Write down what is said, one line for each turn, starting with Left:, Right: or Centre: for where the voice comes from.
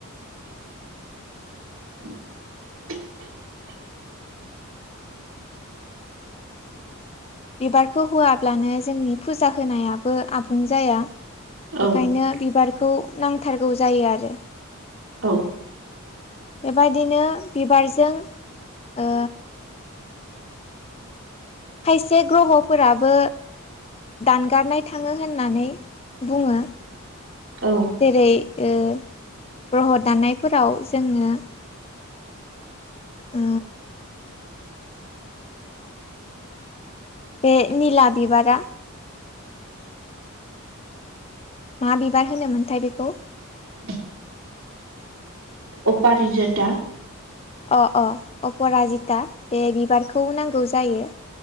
Right: <inaudible>
Left: बिबारखौ होआब्लानो जोंनि फुजा होनायाबो आबुं जाया।
Right: औ
Left: बेखायनो बिबारखौ नांथारगौ जायो आरो।
Right: औ।
Left: बेबायदिनो बिबारजों ओ खायसे ग्रह फोराबो दानगारनाय थाङो होननानै बुङो।
Right: औ
Left: जेरै ओ ग्रह' दानायफोराव जोङो ओ। बे निला बिबारा मा बिबार होनोमोनथाय बेखौ
Right: <inaudible> अपारिजता
Left: अ अ अपराजिता बे बिबारखौ नांगौ जायो।